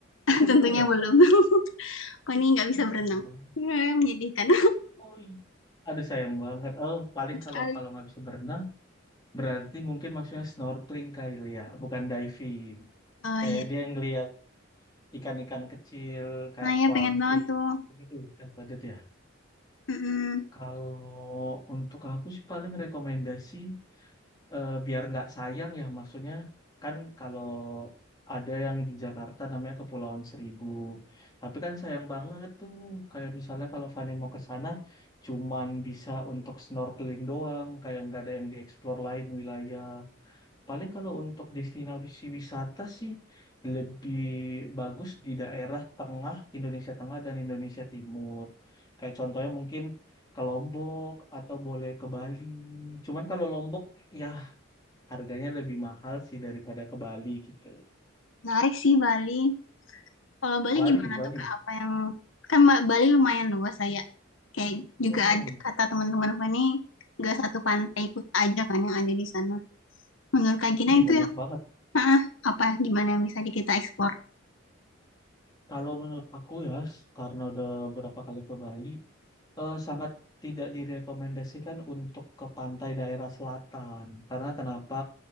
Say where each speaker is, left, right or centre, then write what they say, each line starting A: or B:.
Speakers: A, on the left; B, on the left.
A: <laughs>
B: <laughs>
A: Tentunya
B: Belum ya?
A: belum. <laughs> Fani nggak bisa
B: Ah, Sayang
A: berenang.
B: banget.
A: Eh, Menyedihkan
B: Oh, iya. Aduh sayang banget. Oh, paling
A: <laughs> sekali.
B: kalau kalau nggak bisa berenang, berarti mungkin maksudnya snorkeling kali ya, bukan diving.
A: Oh
B: Kayak
A: iya.
B: dia ngelihat ikan-ikan kecil kayak
A: Nah ya
B: clownfish
A: pengen banget tuh.
B: gitu-gitu kan budget ya.
A: Mm-mm.
B: Kalau untuk aku sih paling rekomendasi eh, biar nggak sayang ya maksudnya kan kalau ada yang di Jakarta namanya Kepulauan Seribu tapi kan sayang banget tuh kayak misalnya kalau Fani mau ke sana cuman bisa untuk snorkeling doang kayak nggak ada yang dieksplor lain wilayah paling kalau untuk destinasi wisata sih lebih bagus di daerah tengah Indonesia Tengah dan Indonesia Timur kayak contohnya mungkin ke Lombok atau boleh ke Bali cuman kalau Lombok ya harganya lebih mahal sih daripada ke Bali gitu.
A: Menarik sih Bali. Kalau Bali
B: Bali,
A: gimana
B: Bali.
A: tuh Kak? Apa yang kan Ma- Bali lumayan luas saya. Kayak juga
B: Mm-mm.
A: ada, kata teman-teman apa nih nggak satu pantai ikut aja kan yang ada di sana. Menurut Kak Gina
B: Iya
A: itu
B: banyak
A: yang
B: banget.
A: ah, apa gimana yang bisa di- kita eksplor?
B: Kalau menurut aku ya, s- karena udah berapa kali ke Bali, eh, sangat tidak direkomendasikan untuk ke pantai daerah selatan. Karena kenapa?